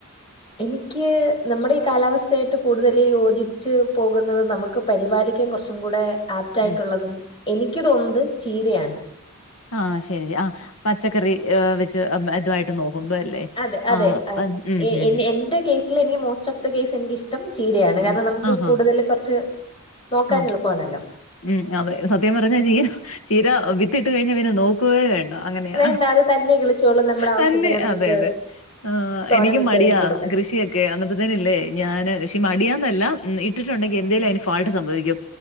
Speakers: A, on the left; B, on the left.
A: എനിക്ക് നമ്മുടെ ഈ കാലാവസ്ഥയായിട്ട് കൂടുതൽ യോജിച്ച് പോകുന്നത് നമുക്ക് പരിപാലിക്കാൻ കുറച്ചും കൂടെ ആപ്റ്റായിട്ടുള്ളതും
B: ഉം
A: എനിക്ക് തോന്നത് ചീരയാണ്.
B: ആഹ് ശരി ആ പച്ചക്കറി വെച്ച് ഇതുആയിട്ട് നോക്കുമ്പോ അല്ലേ
A: അതെ, അതെ
B: ആ പ- ഉം
A: എ,
B: ഉം ഉം.
A: എന്റെ കേസിൽ എനിക്ക് മോസ്റ്റ് ഓഫ് ദ കേസ് എനിക്ക് ഇഷ് ഇഷ്ടം ചീരയാണ് കാരണം
B: ആ
A: നമുക്ക്
B: ആ
A: കൂടുതല്
B: ആ
A: കൊറച്ച് നോക്കാൻ
B: ആ
A: എളുപ്പാണല്ലോ.
B: ഉം അതെ സത്യം പറഞ്ഞ ചീര, ചീര വിത്തിട്ട് കഴിഞ്ഞ പിന്നെ നോ ക്കുവേ വേണ്ട അങ്ങനെയ
A: വേണ്ട അത് തന്നെ കിളിച്ചോളും നമ്മുടെ ആവശ്യത്തിന്
B: തന്നെ
A: നമുക്ക്
B: അതെ, അതെ. ആ
A: തോരൻ
B: എനിക്ക്
A: വെക്കാനൊക്കെ
B: മടിയാ
A: എടുക്കാം
B: കൃഷിയൊക്കെ. അന്നപ്പ തന്നല്ലേ ഞാന് പക്ഷെ മടിയന്നല്ല ഇട്ടിട്ടുണ്ടെങ്കി എന്തേലും അതിന് ഫാൾട്ട് സംഭവിക്കും.